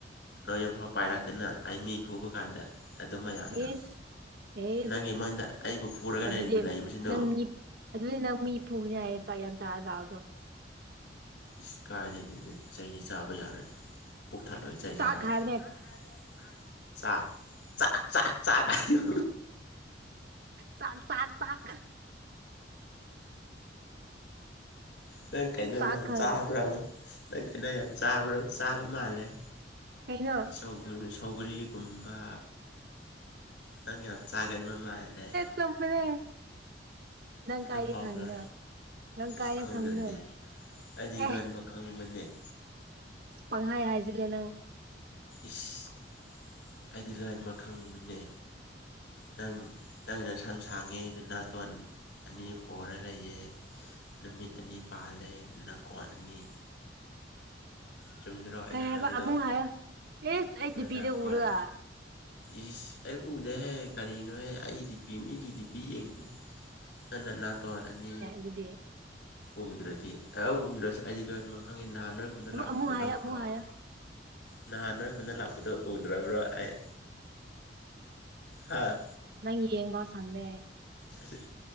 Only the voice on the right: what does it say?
ꯏꯁ ꯑꯦꯁ
ꯑꯗꯨꯗꯤ
ꯅꯪ ꯃꯤ ꯑꯗꯨꯗꯤ ꯅꯪ ꯃꯤꯐꯨꯒꯤꯅꯤ ꯍꯥꯏꯌꯦ ꯆꯥꯛ ꯌꯥꯝ ꯆꯥꯔ ꯂꯥꯛꯑꯕꯣ
ꯆꯥꯛ
ꯍꯥꯏꯕꯅꯦ
ꯆꯥꯛ ꯇꯥꯛ ꯇꯥꯛ
ꯆꯥꯛ
ꯈꯪꯈ꯭ꯔꯦꯕ
ꯀꯩꯅꯣ
ꯆꯨꯝꯃꯦꯅꯦ ꯅꯪ
ꯀꯥꯏꯗꯤ
ꯈꯪꯉꯤꯅꯣ ꯅꯪ
ꯀꯥꯏꯅ
ꯈꯪꯅꯣ
ꯑꯦ
ꯄꯪꯍꯥꯏ ꯍꯥꯏꯖꯤꯜꯂꯦ ꯅꯪ
ꯀꯩ ꯍꯥꯏꯕ
ꯑꯃꯨꯛ ꯍꯥꯏꯌꯣ ꯏꯁ ꯑꯩ
ꯗꯨꯄꯤꯗ ꯎꯔꯒ
ꯗꯨꯗꯤ
ꯑꯃꯨꯛ
ꯑꯃꯨꯛ ꯍꯥꯏꯌꯣ
ꯑꯃꯨꯛ
ꯍꯥꯏꯌꯣ
ꯅꯪ ꯌꯦꯡꯕꯥ ꯁꯪꯗꯦ